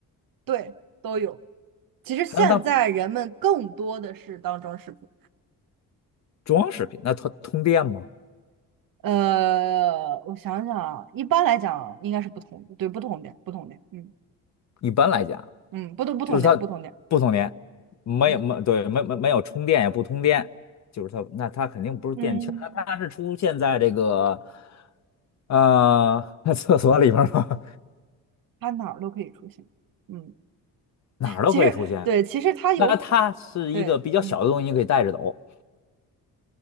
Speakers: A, on the right; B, on the left.
A: 对，都有。其实现在人们更多的是当装饰品。
B: 还能当装饰品。那它通电吗？
A: 呃，我想想啊，一般来讲应该是不同的，对，不同点，不同点，嗯
B: 一般来讲，
A: 嗯，不同不同点，
B: 就是它不通电，
A: 不同点，
B: 没有没对，
A: 嗯
B: 没没没有充电也不通电，就是它，那它肯定不是电器儿那它是出现在这个，
A: 嗯，
B: 呃，<laughs> 厕所里面儿吗？<laughs>
A: 它哪儿都可以出现，嗯，
B: 哪儿都可以出现。
A: 其实对，其实它有，
B: 那它是一个比较小的东西，
A: 对，嗯，
B: 你可以带着走，